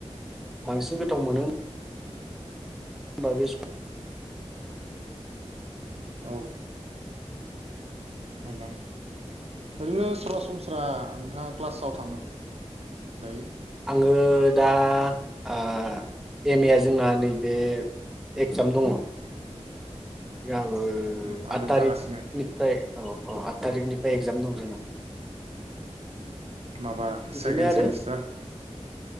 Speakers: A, in the centre; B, on the right.
A: बांसिन गोथाव मोनो। बा बे सम
B: औ मोजां ओरैनो सरासनस्रा नोंथाङा क्लासाव थाङो दायो।
A: आङो दा ओ एम ए आ जोंना नैबे एगजाम दङ। ओ
B: उम आनजाद
A: आठ थारिखनिफ्राय
B: जागासिनो
A: औ औ आठ थारिखनिफ्राय बे एक्जाम दं जोंना
B: माबा
A: बिदिनो
B: सेकेणड
A: आरो
B: सेमिस्टार